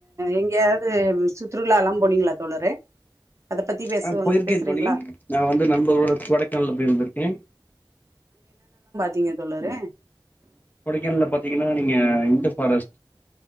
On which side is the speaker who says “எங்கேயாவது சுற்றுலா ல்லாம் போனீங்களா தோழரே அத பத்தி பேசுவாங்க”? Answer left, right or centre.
Right